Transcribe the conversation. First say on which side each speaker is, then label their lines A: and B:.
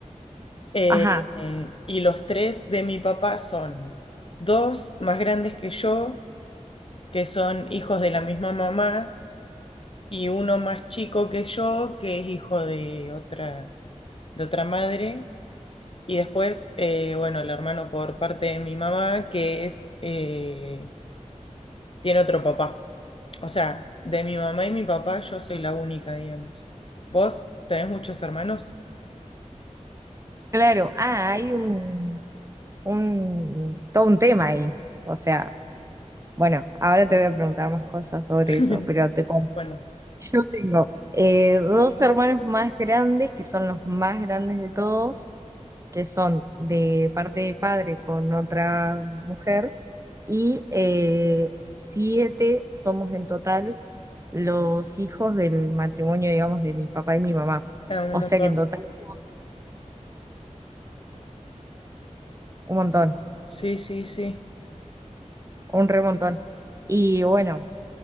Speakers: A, on the left; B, on the right.
A: Eh,
B: ajá,
A: eh, y los tres de mi papá son dos más grandes que yo que son hijos de la misma mamá, y uno más chico que yo, que es hijo de otra, de otra madre. Y después, eh, bueno, el hermano por parte de mi mamá, que es, eh, tiene otro papá. O sea, de mi mamá y mi papá, yo soy la única, digamos. ¿Vos tenés muchos hermanos?
B: claro. Ah, hay un, un, todo un tema ahí. O sea, bueno, ahora te voy a preguntar más cosas sobre
A: <laughs>
B: eso, pero te cuento.
A: Bueno,
B: Yo tengo eh, dos hermanos más grandes, que son los más grandes de todos. que son de parte de padre con otra mujer y eh, siete somos en total los hijos del matrimonio, digamos, de mi papá y mi mamá.
A: eh, un
B: O
A: montón.
B: sea que en total somos un montón,
A: Sí, sí, sí.
B: un remontón. Y bueno,